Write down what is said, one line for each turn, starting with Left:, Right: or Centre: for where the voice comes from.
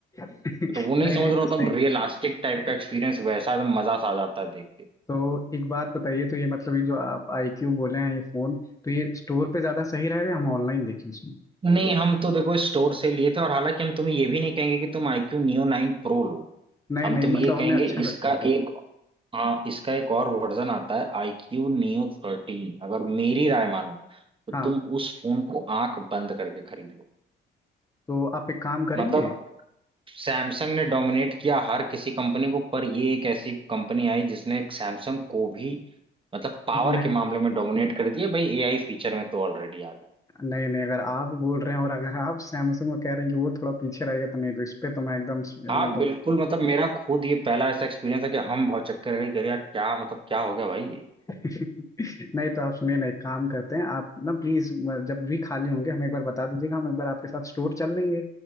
Left: <laughs>
Right: तो वो नहीं
Left: नहीं
Right: समझ
Left: नहीं
Right: रहा
Left: तो सही
Right: होता <laughs> रियलिस्टिक
Left: कह
Right: टाइप का एक्सपीरियंस वैसा एकदम मजा सा आ जाता है देख के
Left: तो एक बात बताइए तो ये मतलब ये जो आप आईक्यू बोले हैं ये फोन तो ये स्टोर पे ज्यादा सही रहेगा या हम ऑनलाइन देखें इसमें
Right: नहीं हम तो देखो स्टोर से लिए थे और हालांकि हम तुम्हें ये भी नहीं कहेंगे कि तुम iQ Neo 9 Pro लो
Left: नहीं
Right: हम
Left: नहीं
Right: तुम्हें
Left: मतलब
Right: ये कहेंगे
Left: हमें अच्छा लग
Right: इसका
Left: रहा है भाई
Right: एक हाँ इसका एक और वर्जन आता है iQ Neo 13 अगर मेरी राय मानो तो
Left: हाँ
Right: तुम उस फोन को आंख बंद करके खरीद लो
Left: तो आप एक काम करेंगे
Right: मतलब सैमसंग ने डोमिनेट किया हर किसी कंपनी को पर ये एक ऐसी कंपनी आई जिसने एक सैमसंग को भी मतलब पावर
Left: नहीं
Right: के मामले में डोमिनेट कर दिया भाई एआई फीचर में तो ऑलरेडी आ गई
Left: नहीं नहीं अगर आप बोल रहे हैं और अगर आप सैमसंग को कह रहे हैं कि वो थोड़ा पीछे रहेगा तो नहीं तो इस पे तो मैं एकदम
Right: हाँ
Left: मतलब
Right: बिल्कुल मतलब मेरा खुद ये पहला ऐसा एक्सपीरियंस है कि हम बहुत चक्कर रह गए कि अरे यार क्या मतलब क्या हो गया भाई ये
Left: <laughs> नहीं तो आप सुनिए ना एक काम करते हैं आप ना प्लीज जब भी खाली होंगे हमें एक बार बता दीजिएगा हम एक बार आपके साथ स्टोर चल लेंगे